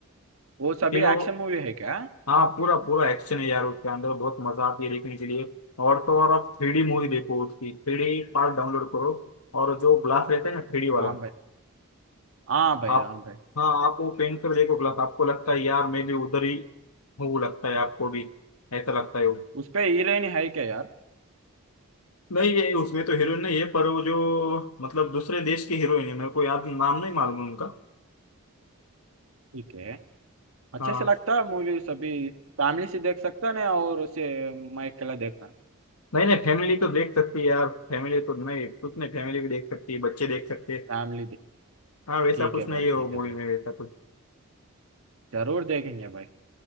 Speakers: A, on the right; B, on the left.
A: वो सभी
B: फिर वो
A: एक्शन मूवी है क्या
B: हाँ पूरा पूरा एक्शन है यार उसके अंदर बहुत मजा आती है देखने के लिए और तो और आप थ्री डी मूवी देखो उसकी थ्री डी पार्ट डाउनलोड करो और जो ग्लास रहता है ना थ्री डी वाला
A: हाँ भाई हाँ भाई
B: आप
A: हाँ भाई
B: हाँ आप वो पेन कर देखो ग्लास आपको लगता है यार मैं भी उधर ही हूँ लगता है आपको भी ऐसा लगता है वो
A: उस पे हीरोइन है क्या यार
B: नहीं ये उसमें तो हीरोइन नहीं है पर वो जो मतलब दूसरे देश की हीरोइन है मेरे को याद नाम नहीं मालूम उनका
A: ठीक है अच्छे
B: हाँ
A: से लगता है मूवी सभी फैमिली से देख सकता ना और उसे मैं अकेला देखना
B: नहीं नहीं फैमिली तो देख सकती है यार फैमिली तो नहीं कुछ नहीं फैमिली भी देख सकती है बच्चे देख सकते हैं
A: फैमिली दे
B: हाँ वैसा
A: ठीक
B: कुछ
A: है
B: नहीं
A: भाई
B: है वो
A: ठीक
B: मूवी
A: है भाई
B: में वैसा कुछ
A: जरूर देखेंगे भाई